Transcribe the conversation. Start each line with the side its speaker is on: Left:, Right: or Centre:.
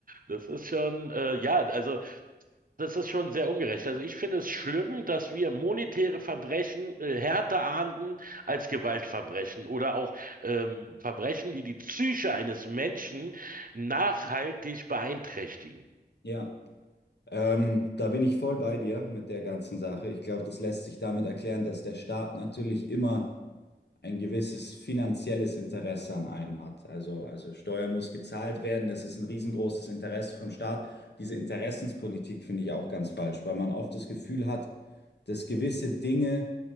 Right: das ist schon, äh, ja, also das ist schon sehr ungerecht. Also ich finde es schlimm, dass wir monetäre Verbrechen äh, härter ahnden als Gewaltverbrechen oder auch ähm, Verbrechen, die die Psyche eines Menschen nachhaltig beeinträchtigen.
Left: ja. Ähm, da bin ich voll bei dir mit der ganzen Sache. Ich glaube, das lässt sich damit erklären, dass der Staat natürlich immer ein gewisses finanzielles Interesse an allem hat. Also, also Steuer muss gezahlt werden, das ist ein riesengroßes Interesse vom Staat. Diese Interessenspolitik finde ich auch ganz falsch, weil man oft das Gefühl hat, dass gewisse Dinge